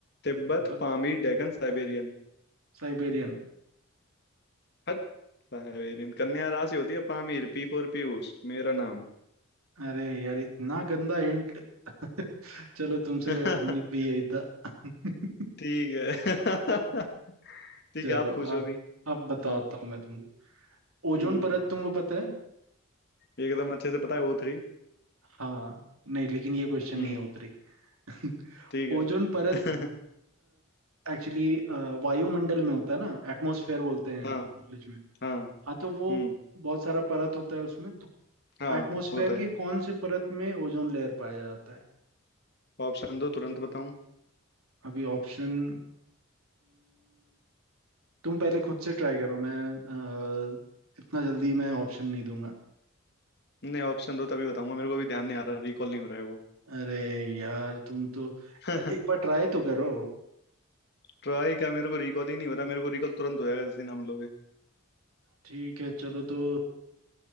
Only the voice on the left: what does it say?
तिब्बत
पामीर डेकन साइबेरियन
हट साइबेरियन कन्या राशि होती है पामीर पी फॉर पीयूष मेरा नाम
<laughs>
ठीक है <laughs> ठीक
है आप पूछो
भी
हाँ
हम्म
एकदम अच्छे से पता है ओ थ्री
हम्म
ठीक
है
<laughs>
हाँ
हाँ
हम्म
हाँ
होता
है
ऑप्शन दो तुरंत बताऊं
नहीं ऑप्शन दो तभी बताऊंगा मेरे को अभी ध्यान नहीं आ रहा रिकॉल नहीं हो रहा है वो
<laughs>
ट्राई क्या मेरे को रिकॉल ही नहीं हो रहा मेरे को रिकॉल तुरंत हो जाएगा जैसे ही नाम लोगे